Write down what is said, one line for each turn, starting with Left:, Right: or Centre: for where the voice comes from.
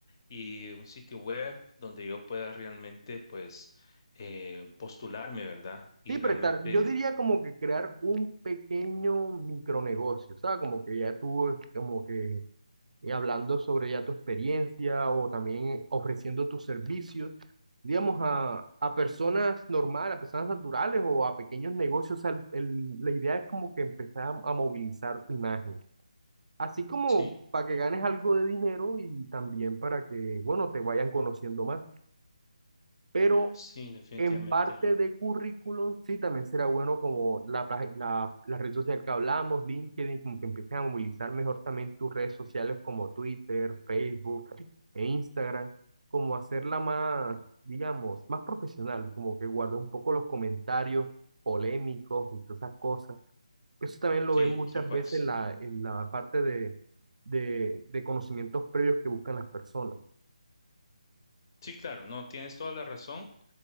Left: y un sitio web donde yo pueda realmente, pues, eh, postularme, ¿verdad? Y
Right: Sí, prestar,
Left: realmente
Right: yo
Left: que...
Right: diría como que crear un pequeño micronegocio, ¿sabes? Como que ya tú, como que y hablando sobre ya tu experiencia o también ofreciendo tus servicios, digamos, a, a personas normales, a personas naturales o a pequeños negocios. O sea, el- el- la idea es como que empezar a, a movilizar tu imagen, así como
Left: Sí,
Right: para que ganes algo de dinero y también para que, bueno, te vayan conociendo más. Pero
Left: sí, definitivamente.
Right: en parte de currículum, sí, también será bueno como la, pag- la, la red social que hablamos, LinkedIn, como que empiecen a movilizar mejor también tus redes sociales como Twitter, Facebook e Instagram, como hacerla más, digamos, más profesional, como que guarda un poco los comentarios polémicos y todas esas cosas. Eso también lo
Left: Sí,
Right: ven muchas
Left: sí, pues.
Right: veces en la, en la parte de, de, de conocimientos previos que buscan las personas.
Left: Sí, claro, no, tienes toda la razón.